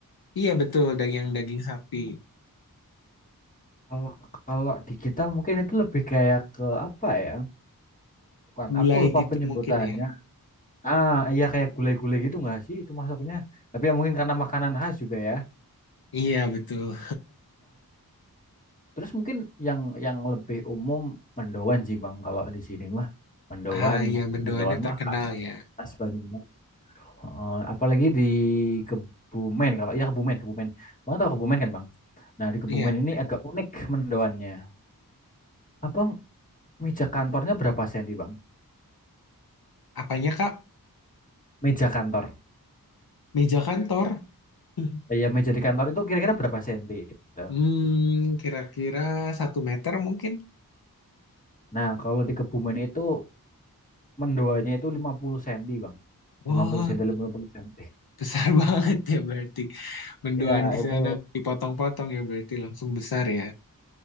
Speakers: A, on the left; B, on the left.
A: Iya betul daging daging sapi.
B: Hmm. Kalau kalau di kita mungkin itu lebih kayak ke apa ya? Bukan,
A: Gulai
B: aku lupa
A: gitu
B: penyebutannya.
A: mungkin ya.
B: Ah, iya kayak gulai-gulai gitu nggak sih itu masuknya? Tapi ya mungkin karena makanan khas juga ya.
A: Iya betul.
B: Terus mungkin yang yang lebih umum mendoan sih Bang kalau di sini mah. Mendoan,
A: Ah iya mendoannya
B: mendoan
A: terkenal
B: mah khas.
A: ya.
B: Khas Banyumas. Heeh, apalagi di Kebumen kalau ya Kebumen, Kebumen. Bang tahu Kebumen kan, Bang? Nah, di Kebumen
A: Iya,
B: ini agak unik mendoannya. Abang meja kantornya berapa senti, Bang?
A: apanya Kak?
B: Meja kantor.
A: Meja kantor. <laughs>
B: Ya, meja di kantor itu kira-kira berapa senti gitu.
A: Hmm, kira-kira satu meter mungkin.
B: Nah, kalau di Kebumen itu mendoanya itu lima puluh cm, Bang.
A: Wah,
B: 50 cm, puluh cm.
A: Besar <laughs> banget ya berarti. Mendoan
B: Ya,
A: di Iya.
B: itu
A: sana dipotong-potong ya berarti langsung besar ya.